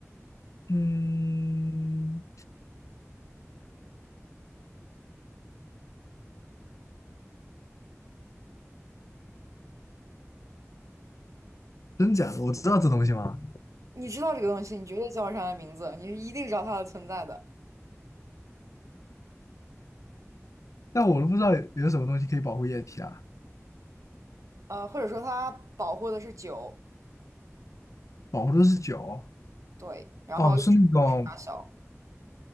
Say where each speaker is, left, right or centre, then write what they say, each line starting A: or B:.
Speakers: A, on the left; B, on the right.
A: 嗯，真假的？我知道这东西吗？
B: 你知道这个东西，你绝对叫不上它名字，你是一定知道它的存在的。
A: 但我都不知道有有什么东西可以保护液体啊。
B: 呃，或者说它保护的是酒，
A: 保护的是酒。
B: 对，然后又是拇指大小，
A: 哦，是那种